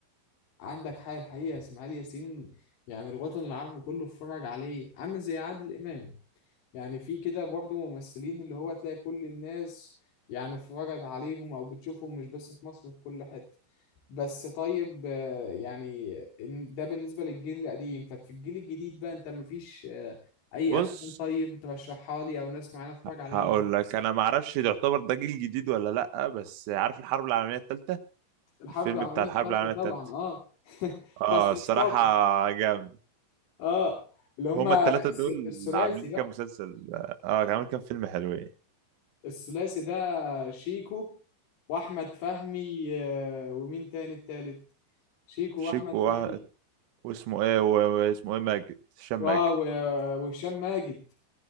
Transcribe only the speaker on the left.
عندك حي الحقيقه اسماعيل ياسين يعني الوطن العربي كله اتفرج عليه عامل زي عادل امام يعني في كده برضه ممثلين اللي هو تلاقي كل الناس يعني اتفرجت عليهم او بتشوفهم مش بس في مصر في كل حته بس طيب آه، يعني إن- ده بالنسبه للجيل القديم طب في الجيل الجديد بقى انت مفيش اي
افلام طيب ترشحها لي او ناس معانا اتفرج عليها
الحرب
العالميه
الثالثه
طبعا اه <laughs>
بتاع صديق
كاكو
اه اللي هما
الس-
الثلاثي
بقى
الثلاثي ده شيكو واحمد فهمي آه، ومين تاني التالت شيكو
واحمد
فهمي
واو
آه، وهشام ماجد